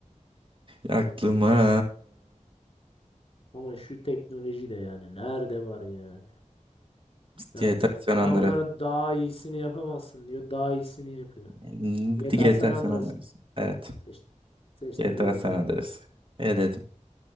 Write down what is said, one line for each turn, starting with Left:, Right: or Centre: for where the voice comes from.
Right: Aklıma.
Left: Ama şu teknoloji de yani nerede var yani? Yani
Right: GTA San
Left: adamlara
Right: Andreas.
Left: daha iyisini yapamazsın diyor. Daha iyisini yapıyor.
Right: Hmm,
Left: GTA
Right: GTA
Left: San Andreas.
Right: San Andreas. Evet.
Left: Seç, seçtim
Right: GTA
Left: eledim
Right: San
Left: eledim.
Right: Andreas. Eledim.